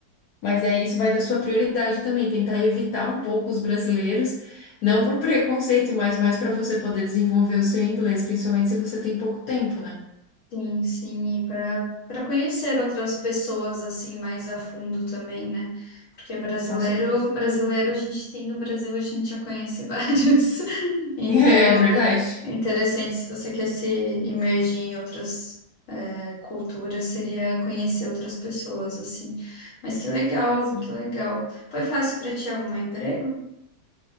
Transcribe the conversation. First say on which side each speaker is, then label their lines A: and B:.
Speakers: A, on the left (about 70°); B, on the left (about 50°).
A: Mas aí isso vai da sua prioridade também, tentar evitar um pouco os brasileiros, não por <laughs> preconceito, mas mais para você poder desenvolver o seu inglês, principalmente se você tem pouco tempo, né?
B: Sim, sim, e para para conhecer outras pessoas assim mais a fundo também, né? Porque brasileiro,
A: Com certeza.
B: brasileiro a gente tem no Brasil, a gente já conhece vários. <laughs> Então,
A: <laughs> É verdade.
B: é interessante se você quer se imergir em outras eh, culturas, seria conhecer outras pessoas assim. Mas que legal,
A: sim
B: que legal. Foi fácil para te arrumar emprego?